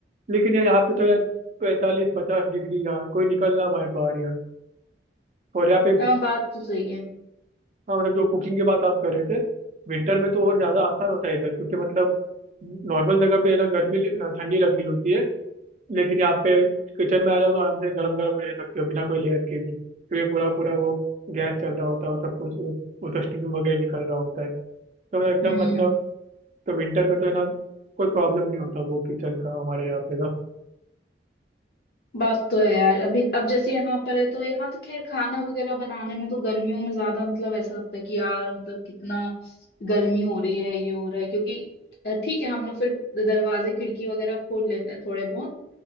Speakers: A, on the right; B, on the left.
A: लेकिन यार यहाँ पे तो यार पैंतालीस पचास डिग्री यार कोई निकल ना पाए बाहर यार और यहाँ पे
B: हाँ बात तो सही है
A: हाँ मतलब जो कुकिंग की बात आप कर रहे थे विंटर में तो और ज्यादा आसान होता है इधर क्योंकि मतलब नॉर्मल जगह पे है ना गर्मी ठंडी लग रही होती है लेकिन यहाँ पे किचन में आ जाओ तो आराम से गरम गरम रह सकते हो बिना कोई लेयर के भी क्योंकि पूरा पूरा वो गैस चल रहा होता है और सब कुछ उसका स्टीम वगैरह निकल रहा होता है तो एकदम
B: हम्म
A: मतलब तो विंटर में तो है ना कोई प्रॉब्लम नहीं होता वो किचन का हमारे यहाँ पे तो
B: बात तो है यार अभी अब जैसे यहाँ पर है तो यहाँ तो खैर खाना वगैरह बनाने में तो गर्मियों में ज्यादा मतलब ऐसा लगता है कि यार मतलब कितना गर्मी हो रही है ये हो रहा है क्योंकि अ, ठीक है हम लोग फिर दरवाजे खिड़की वगैरह खोल लेते हैं थोड़े बहुत